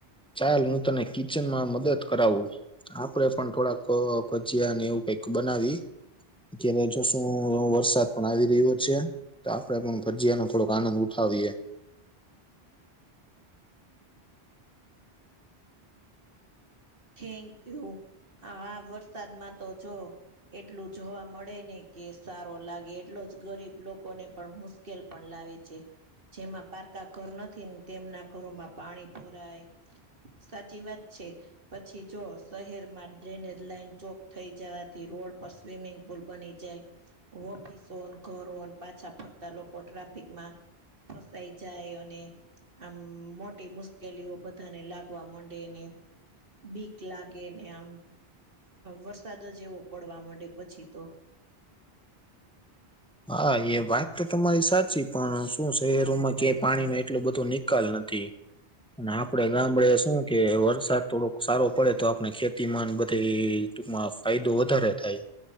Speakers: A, in the centre; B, on the right.
A: ચાલ, હું તને કિચનમાં મદદ કરાવું! ! આપડે પણ થોડાક ભજીયા ને એવું કંઈક બનાવીએ! ! અત્યારે જો શું વરસાદ પણ આવી રહ્યો છે, તો આપડે પણ ભજીયા ન <unintelligible> થોડોક આનંદ ઉઠાવીએ! !
B: થેન્ક યુ, આ વરસાદમાં તો જો! ! એટલું જોવા મળે ને કે સારો લાગે, એટલો જ ગરીબ લોકોને પણ મુશ <unintelligible> મુશકેલ પણ લાવે છે! ! જેમાં પારકા ઘર નથી, ને તેમના ઘરોમાં પાણી ભરાય! ! સાચી વાત છે! પછી જો શહેરમાં ડ્રેનેજ લાઈન ચોક થઈ જવાથી, રોડ પર સ્વિમિંગ પુલ બની જાય! ! ઓફિસોને ઘરો પાછા, ફરતા લોકો ટ્રાફિકમાં ફસાઈ જાય અને આમ મોટી મુશ્કેલીઓ, બધાને લાગવા માંડે ને બીક લાગે ને. આમ, વરસાદ જ એવો પડવા મડે પછી તો.
A: હા એ વાત તો તમારી સાચી. પણ શું શહેરોમાં ક પાણી નો એટલો બધો નિકાલ નથી. અને આપડે ગામડે શું કે વરસાદ થોડોક સારો પડે તો આપણે ખેતીમાં ને બધી ટૂકમાં ફાયદો વધારે થાય.